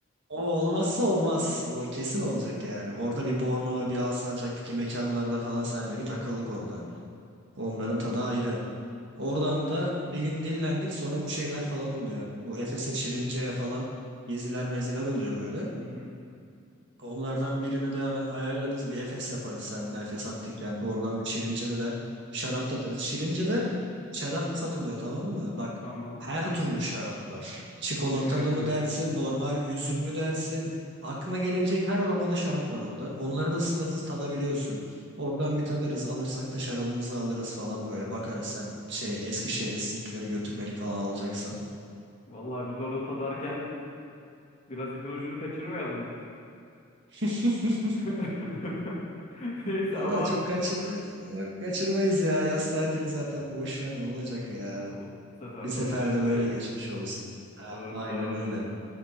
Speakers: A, on the right; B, on the left.
A: O olmazsa olmaz. O kesin olacak yani. Orada bir Bornova, bir Alsancak'taki mekanlarda falan seninle bir takıldık orada. Onların tadı ayrı. Oradan da bir gün dinlendik. Sonra bu şeyler falan oluyor. Bu Efes'e, Çirince'ye falan geziler meziler oluyor böyle.
B: Hı hı.
A: Onlardan birini de hemen ayarlarız. Bir Efes yaparız seninle. Efes Antik Kenti. Oradan bir Şirince'de de şarap tatarız. Şirince'de şarap satılıyor tamam mı? Bak
B: Tamam.
A: her türlü şarap var. Çikolatalı
B: Şaka yapıyorsun.
A: mı dersin, normal üzüm mü dersin? Aklına gelebilecek her aromada şarap var orada. Onları da sınırsız tadabiliyorsun. Oradan bir tadarız. Alırsak da şarabımızı alırız falan böyle. Bakarız sen şey Eskişehir'e sizinkileri götürmelik falan alacaksan.
B: Vallahi biz orada tadarken biraz ipin ucunu kaçırmayalım.
A: <laughs>
B: <laughs> Neyse
A: Allah
B: ama
A: çok kaçırmayız. Yok, kaçırmayız ya. Yaz tatili zaten boş ver ne olacak ya.
B: o- bu sefer
A: Bir seferde
B: de onu düşünmeyelim.
A: böyle geçmiş olsun. Ah,
B: Doğru
A: aynen
B: doğru.
A: öyle.